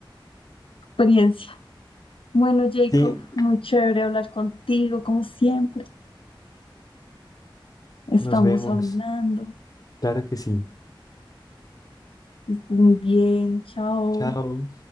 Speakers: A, on the left; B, on the left.
A: experiencia. Bueno, Jacob,
B: Sí,
A: muy chévere hablar contigo, como siempre.
B: nos
A: Estamos
B: vemos.
A: hablando.
B: Claro que sí.
A: Que Estés muy bien, chao.
B: Chao.